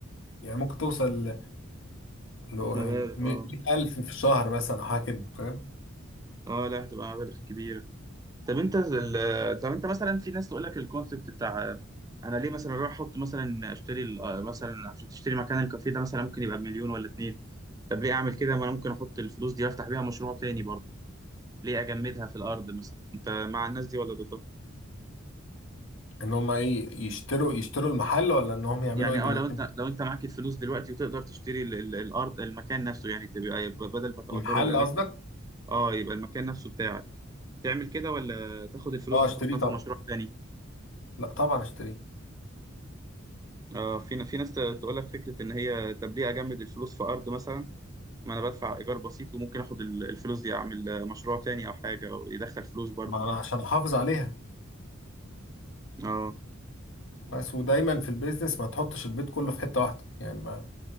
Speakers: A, on the left; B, on the right.
A: يعني ممكن توصل ل
B: مبالغ
A: 100000
B: اه
A: في الشهر مثلا او حاجه كده فاهم
B: اه لا هتبقى مبالغ كبيرة طب انت ال... طب انت مثلا في ناس تقول لك الكونسيبت بتاع انا ليه مثلا اروح احط مثلا اشتري ال- آه، مثلا عشان تشتري مكان الكافيه ده مثلا ممكن يبقى بمليون ولا اتنين طب ليه اعمل كده ما انا ممكن احط الفلوس دي وافتح بيها مشروع تاني برضه ليه اجمدها في الارض مثلا انت مع الناس دي ولا ضدها
A: ان هم ايه يشتروا يشتروا المحل ولا ان هم يعملوا
B: يعني
A: ايه بالاتنين
B: اه لو انت لو انت معاك الفلوس دلوقتي وتقدر تشتري ال... ال... الارض المكان نفسه يعني تبقى يبقى بدل ما تأجره
A: المحل
B: يبقى ملكك
A: قصدك
B: اه يبقى المكان نفسه بتاعك تعمل كده ولا تاخد الفلوس
A: اه
B: دي
A: اشتريه
B: تحطها في
A: طبعا
B: مشروع تاني
A: لا طبعا اشتريه
B: اه في في ناس تقول لك فكره ان هي طب ليه اجمد الفلوس في ارض مثلا ما انا بدفع ايجار بسيط وممكن اخد ال- الفلوس دي اعمل مشروع تاني او حاجه او يدخل فلوس برضو
A: ما انا عشان احافظ عليها
B: اه
A: بس ودايما في البيزنس ما تحطش البيت كله في حته واحده يعني ما